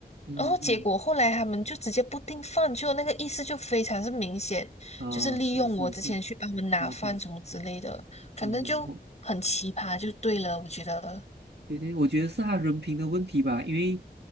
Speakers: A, on the right; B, on the left.
A: 嗯嗯
B: 然后结果后来他们就直接不订饭，就那个意思就非常是明显。
A: 啊，
B: 就是利用我之前去帮他们拿饭什么之类的，
A: 是是是，对对对。
B: 反正就很奇葩，
A: 嗯，我
B: 就对了，我觉得。
A: 对对，我觉得是他人品的问题吧，因为